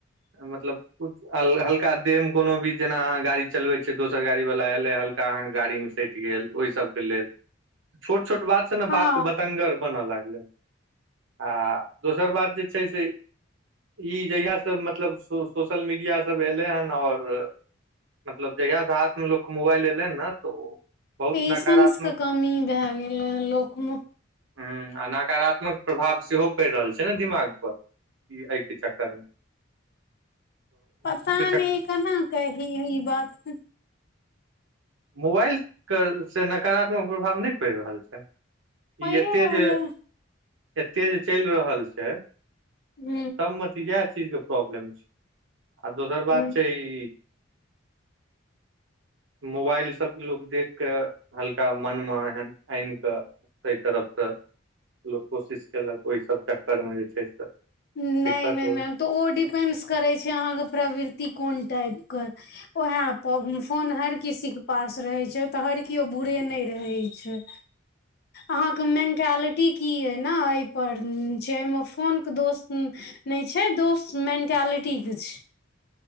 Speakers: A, on the right (about 70°); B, on the left (about 50°).
A: मतलब हल्का देह कोनो भी जेना अह गाड़ी चलबे छियै दोसर गाड़ी वाल एले हल्का अहाँके गाड़ी मे सैट गेल तऽ ओहि सबके लेल छोट छोट बात ने
B: हँ
A: बात बतंगर बन लगलै आ दोसर बात जे छै से ई जहिया सब मतलब सोशल मीडिया सब एलै हन आओर मतलब जहियासँ हाथमे लोकके मोबाइल एलेै ने तऽ ओ बहुत
B: पेशेंसके
A: नकारात्मक
B: कमी भए गेलै हँ लोकमे
A: हूँ आ नकारात्मक प्रभाव सेहो पड़ि रहल छै ने दिमाग पर ई एहिके चक्करमे
B: पता
A: चक
B: नहि केना क ई ही बात
A: मोबाइल के से नकारात्मक प्रभाव नहि पड़ि रहल छै
B: पड़े
A: ई एते
B: रहलै
A: जे एते जे चलि रहल छै से
B: ह
A: सब मे तऽ इहाए चीज प्रॉब्लम छै आ दोसर बात
B: ह
A: छै ई मोबाइल सब लोकोग देख क हल्का मन मे हएन आनि कऽ एहिा तरफसँ लोक कोशिश कयेलक ओहिसभ चक्करमे जे छै से
B: नहि
A: दिक्कत
B: नहि
A: होइ
B: मैम तऽ ओ डिपेंडस करै छै अहाँके प्रवृति कोन टाइपके उहाए पर फोन हर किसी के पास रहै छै त हर कियो बुरे नहि रहै छै
A: <inaudible>
B: अहाँके मेंटालिटी की ये न एहि पर छै एहि मे फोनके दोष हूँ नहि छै दोस मेंटालिटी के छै